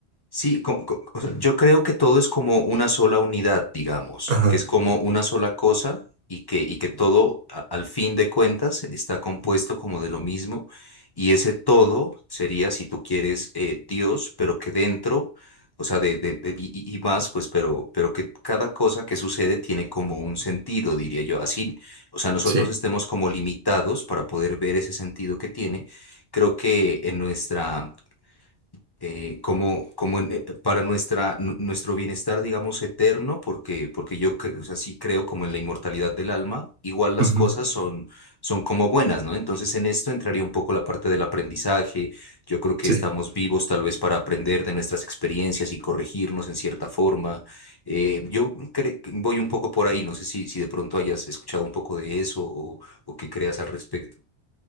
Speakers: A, on the left; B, on the right.
A: Sí, co- co- o sea, yo creo que todo es como una sola unidad, digamos,
B: ajá,
A: que es como una sola cosa y que, y que todo, a- al fin de cuentas, está compuesto como de lo mismo. Y ese todo sería, si tú quieres, eh, Dios, pero que dentro, o sea, de, de- de- y, y- y más, pues, pero, pero que cada cosa que sucede tiene como un sentido, diría yo. Así, o sea, nosotros
B: sí,
A: estemos como limitados para poder ver ese sentido que tiene. Creo que en nuestra eh, como, como en- eh, para nuestra, nu- nuestro bienestar, digamos, eterno, porque, porque yo cre- o sea, sí creo como en la inmortalidad del alma, igual las
B: ujú,
A: cosas son, son como buenas, ¿no? Entonces en esto entraría un poco la parte del aprendizaje, yo creo que
B: sí.
A: estamos vivos tal vez para aprender de nuestras experiencias y corregirnos en cierta forma. Eh, yo cre- voy un poco por ahí, no sé si, si de pronto hayas escuchado un poco de eso o, o qué creas al respecto.